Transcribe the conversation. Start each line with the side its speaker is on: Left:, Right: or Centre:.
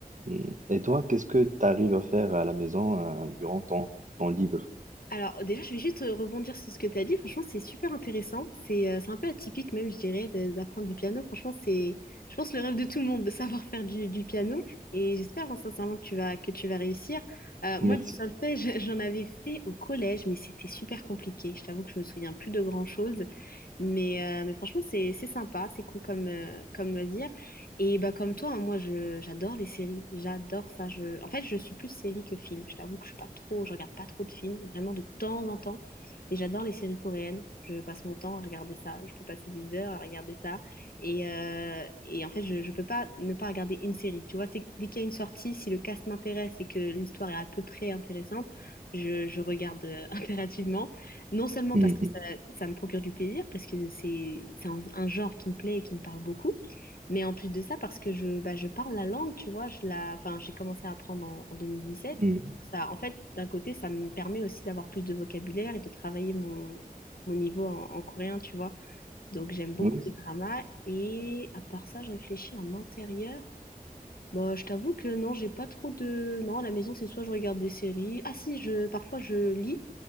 Right: Hum. Et toi, qu'est-ce que tu arrives à faire à la maison euh, durant ton temps libre?
Left: Alors déjà, je vais juste euh, rebondir sur ce que tu as dit. Franchement, c'est super intéressant. C'est euh, c'est un peu atypique même, je dirais, de- d'apprendre du piano. Franchement, c'est, je pense, le rêve de tout le monde de savoir faire du, du piano. Et j'espère hein, sincèrement que tu vas, que tu vas réussir. Euh,
Right: Merci.
Left: moi, du solfège, <laughs> j'en avais fait au collège, mais c'était super compliqué. Je t'avoue que je me souviens plus de grand-chose. Mais, euh, mais franchement, c'est c'est sympa, c'est cool comme, euh, comme loisir. Et bah, comme toi, hein, moi, je, j'adore les séries, j'adore ça. Je... En fait, je suis plus série que film. Je t'avoue que je suis pas trop, je regarde pas trop de films, vraiment de temps en temps. Mais j'adore les séries coréennes. Je passe mon temps à regarder ça. Je peux passer des heures à regarder ça. Et, euh, et en fait, je, je peux pas ne pas regarder une série. Tu vois, c'est que dès qu'il y a une sortie, si le cast m'intéresse et que l'histoire est à peu près intéressante, je, je regarde euh, <laughs> impérativement. Non seulement
Right: <laughs>
Left: parce que ça, ça me procure du plaisir, parce que c'est c'est un, un genre qui me plaît et qui me parle beaucoup, mais en plus de ça, parce que je, bah, je parle la langue, tu vois, je la, enfin, j'ai commencé à apprendre en, en 2017.
Right: Mm.
Left: Donc ça, en fait, d'un côté, ça me permet aussi d'avoir plus de vocabulaire et de travailler mon, mon niveau en, en coréen, tu vois. Donc j'aime beaucoup
Right: Oui,
Left: les dramas. Et à part ça, je réfléchis en intérieur. Bah, je t'avoue que non, j'ai pas trop de... Non, à la maison, c'est soit je regarde des séries. Ah si, je, parfois je lis